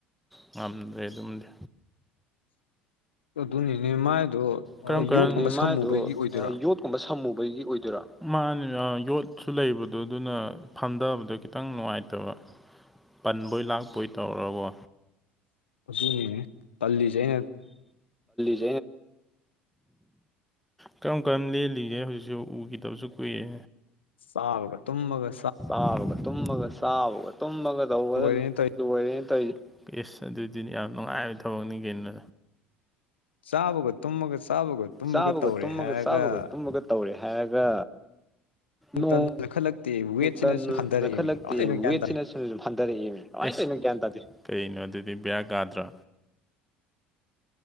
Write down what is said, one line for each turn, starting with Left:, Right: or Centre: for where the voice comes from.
Centre: ꯉꯝꯗ꯭ꯔꯦ ꯑꯗꯨꯝꯗꯤ
Left: ꯑꯗꯨꯅꯤꯅꯦ ꯃꯥꯏꯗꯣ
Centre: ꯀꯔꯝ ꯀꯔꯝꯕ
Left: ꯌꯣꯠꯀꯨꯝꯕ ꯁꯝꯃꯨꯕꯒꯤ
Centre: ꯃꯥꯏꯗꯣ
Left: ꯑꯣꯏꯗꯣꯏꯔꯥ
Centre: ꯌꯣꯠ <inaudible> ꯁꯝꯃꯨꯕꯒꯤ ꯑꯣꯏꯗꯣꯏꯔꯣ ꯃꯥꯅꯦ ꯌꯣꯠꯁꯨ ꯂꯩꯕꯗꯣ ꯑꯗꯨꯅ ꯐꯝꯊꯕꯗꯣ ꯈꯤꯇꯪ ꯅꯨꯡꯉꯥꯏ ꯇꯕ ꯄꯟꯕꯣꯏ ꯂꯥꯛꯄꯣꯏ ꯇꯧꯔꯒ ꯀꯣ
Left: ꯑꯗꯨꯅꯤꯅꯦ ꯇꯜꯂꯤꯁꯦ ꯑꯩꯅ
Centre: <inaudible> <inaudible> ꯀꯔꯝ ꯀꯔꯝ ꯂꯦꯜꯂꯤꯒꯦ ꯍꯧꯖꯤꯛꯁꯨ ꯎꯈꯤꯗꯕꯁꯨ ꯀꯨꯏꯔꯦ
Left: ꯆꯥꯕꯒ ꯇꯨꯝꯕꯒ
Centre: ꯆꯥꯕꯒ ꯇꯨꯝꯕꯒ ꯆꯥꯕꯒ ꯇꯨꯝꯕꯒ ꯇꯧꯕꯗ
Left: ꯑꯣꯏꯔꯦꯅ ꯇꯧ
Centre: ꯂꯣꯏꯔꯦꯅꯦ ꯇꯧꯔꯤꯁꯤ ꯏꯁ ꯑꯗꯨꯗꯤ ꯌꯥꯝ ꯅꯨꯡꯉꯥꯏꯕ ꯊꯕꯛꯅꯤ ꯀꯩꯅꯣ
Left: ꯆꯥꯕꯒ ꯇꯨꯝꯃꯒ ꯆꯥꯕꯒ ꯇꯨꯝꯃꯒ
Centre: ꯆꯥꯕꯒ
Left: ꯇꯧꯔꯦ
Centre: ꯇꯨꯝꯕꯒ
Left: ꯍꯥꯏꯔꯒ
Centre: ꯆꯥꯕꯒ ꯇꯨꯝꯕꯒ ꯇꯧꯔꯦ ꯍꯥꯏꯔꯒ
Left: ꯅꯣꯡꯇ
Centre: ꯅꯣꯡ
Left: ꯅꯣꯏꯈꯠꯂꯛꯇꯦ ꯋꯦꯠꯁꯤꯅꯁꯨ
Centre: ꯇꯜ
Left: ꯍꯟꯊꯔꯛꯏꯃꯤ
Centre: ꯅꯣꯏꯈꯜꯂꯛꯇꯦ
Left: ꯀꯃꯥꯏꯅ ꯇꯧꯔꯤꯅꯣ ꯒ꯭ꯌꯥꯟ
Centre: ꯋꯦꯠꯁꯤꯅ
Left: ꯇꯥꯗꯦ
Centre: ꯍꯟꯊꯔꯛꯑꯦꯃꯤ ꯀꯃꯥꯏ ꯇꯧꯔꯤꯅꯣ ꯒꯌꯥꯟ ꯇꯥꯗꯦ ꯏꯁ ꯀꯩꯅꯣ ꯑꯗꯨꯗꯤ ꯕꯦꯔꯥ ꯀꯥꯗ꯭ꯔꯥ